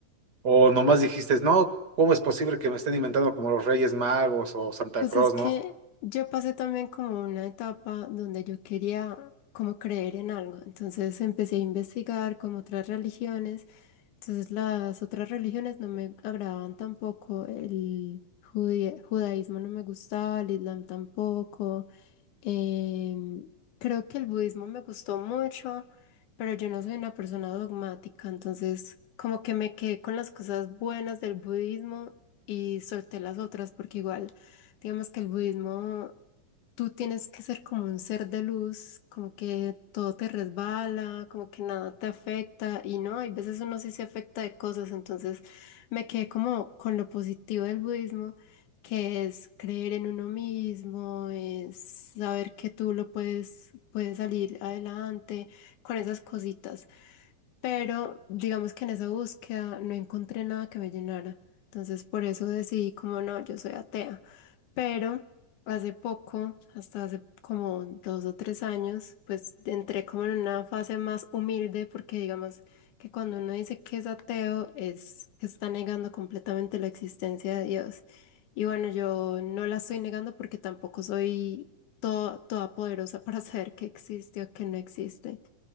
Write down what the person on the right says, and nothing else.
o nomás dijiste, no, ¿cómo es posible que me estén inventando como los Reyes Magos o Santa
Claus,
¿no?